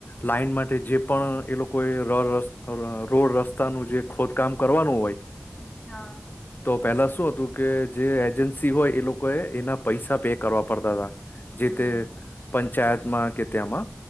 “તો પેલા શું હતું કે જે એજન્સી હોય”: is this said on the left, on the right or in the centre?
Left